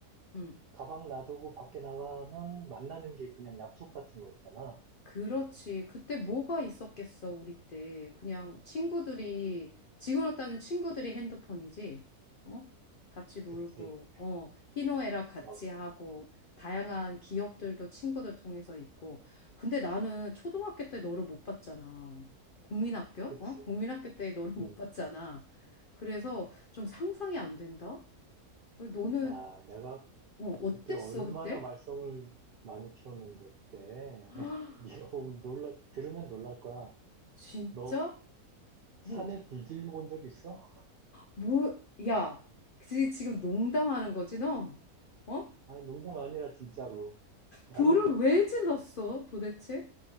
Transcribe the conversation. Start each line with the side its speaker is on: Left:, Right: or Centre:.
Left: 음.
Right: 가방 놔두고 밖에 나가면 만나는 게 그냥 약속 같은 거였잖아.
Left: 그렇지. 그때 뭐가 있었겠어, 우리 때. 그냥 친구들이, 지금으로 따지면 친구들이 핸드폰이지. 어? 같이 놀고,
Right: 그치.
Left: 어, 희노애락 같이
Right: 막,
Left: 하고, 다양한 기억들도 친구들 통해서 있고. 근데 나는 초등학교 때 너를 못 봤잖아. 국민학교?
Right: 그치.
Left: 어? 국민학교 때 너를 못
Right: 응.
Left: 봤잖아. 그래서 좀 상상이 안 된다? 너는,
Right: 와, 내가
Left: 어, 어땠어,
Right: 그때 얼마나
Left: 그때?
Right: 말썽을 많이 피웠는데 그때
Left: <gasps>
Right: <laughs> 네가 보면 놀라 들으면 놀랄 거야.
Left: 진짜?
Right: 너 산에
Left: 뭐?
Right: 불 질러 본 적 있어?
Left: 뭐, 야, 지, 지금 농담하는 거지, 너? 어?
Right: 아 농담 아니라 진짜로. 나는
Left: 불을 왜 질렀어, 도대체?